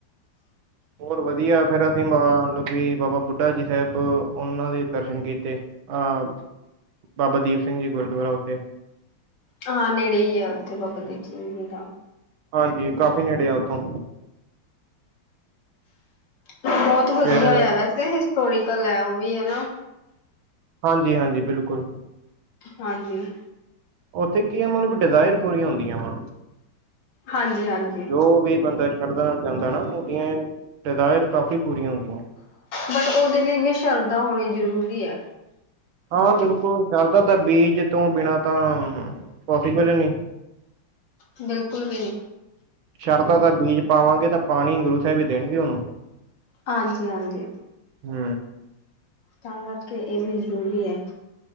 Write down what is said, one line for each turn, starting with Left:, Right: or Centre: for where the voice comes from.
Right: ਹੋਰ ਵਧੀਆ, ਫਿਰ ਅਸੀਂ ਮਨ ਲੋ ਕਿ ਬਾਬਾ ਬੁੱਢਾ ਜੀ ਸਾਹਿਬ, ਓਨਾਂ ਦੇ ਦਰਸ਼ਨ ਕੀਤੇ। ਅਹ 'ਬਾਬਾ ਦੀਪ ਸਿੰਘ ਜੀ ਗੁਰਦੁਆਰਾ ਓਥੇ।
Left: ਹਾਂ ਨੇੜੇ ਈ ਆ, ਓਥੇ ਬਾਬਾ ਦੀਪ ਸਿੰਘ ਜੀ ਦਾ।
Right: ਹਾਂਜੀ, ਕਾਫੀ ਨੇੜੇ ਆ ਉੱਥੋਂ।
Left: ਬਹੁਤ ਵਧੀਆ
Right: ਫਿਰ
Left: ਐ, ਵੈਸੇ ਹਿਸਟੋਰੀਕਲ ਐ, ਉਹ ਵੀ ਹੈਨਾ।
Right: ਹਾਂਜੀ-ਹਾਂਜੀ, ਬਿਲਕੁਲ।
Left: ਹਾਂਜੀ।
Right: ਓਥੇ ਕੀ ਆ ਮਤਲਬ ਡਿਜ਼ਾਇਰ ਪੂਰੀਆਂ ਹੁੰਦੀਆਂ ਵਾ,
Left: ਹਾਂਜੀ ਹਾਂਜੀ
Right: ਜੋ ਵੀ ਬੰਦਾ ਸ਼ਰਧਾ ਨਾਲ ਜਾਂਦਾ ਨਾ, ਓਦੀਆਂ ਡਿਜਾਇਰ ਕਾਫੀ ਪੂਰੀਆਂ ਹੁੰਦੀਆਂ।
Left: ਬਟ ਓਦੇ ਲਈ ਵੀ, ਸ਼ਰਧਾ ਹੋਣੀ ਜ਼ਰੂਰੀ ਆ।
Right: ਹਾਂ ਬਿਲਕੁਲ, ਸ਼ਰਦਾ ਦਾ ਬੀਜ ਤੋਂ ਬਿਨਾਂ ਤਾਂ ਪੋਸੀਬਲ ਨੀ।
Left: ਬਿਲਕੁਲ ਵੀ ਨੀ।
Right: ਸ਼ਰਦਾ ਦਾ ਬੀਜ ਪਾਵਾਂਗੇ ਤਾਂ ਪਾਣੀ ਗੁਰੂ ਸਾਹਿਬ ਹੀ ਦੇਣਗੇ ਉਹਨੂੰ।
Left: ਹਾਂਜੀ-ਹਾਂਜੀ।
Right: ਹੂ
Left: ਤਾਂ ਕਰ ਕੇ ਇਹ ਵੀ ਜ਼ਰੂਰੀ ਹੈ।